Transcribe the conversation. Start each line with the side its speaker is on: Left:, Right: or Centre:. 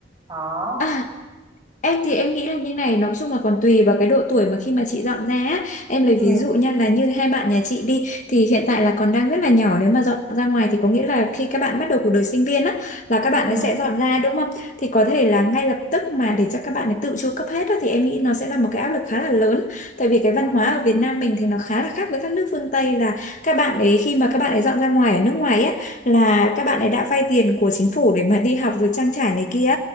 Right: đó
Left: à. Em thì em nghĩ là như này, nói chung là còn tùy vào cái độ tuổi mà khi mà chị dọn ra á. Em lấy
Right: ừ
Left: ví dụ nha là như hai bạn nhà chị đi thì hiện tại là còn đang rất là nhỏ nếu mà dọn ra ngoài thì có nghĩa là khi các bạn bắt đầu cuộc đời sinh viên á là các bạn
Right: ừ
Left: ấy sẽ dọn ra đúng không? Thì có thể là ngay lập tức mà để cho các bạn ấy tự chu cấp hết á, thì em nghĩ nó sẽ là một cái áp lực khá là lớn. Tại vì cái văn
Right: ừ
Left: hóa ở Việt Nam mình thì nó khá là khác với các nước phương Tây là các bạn ấy khi mà các bạn ấy dọn ra ngoài ở nước ngoài á là các bạn ấy đã vay tiền của chính phủ để mà đi học rồi trang trải này kia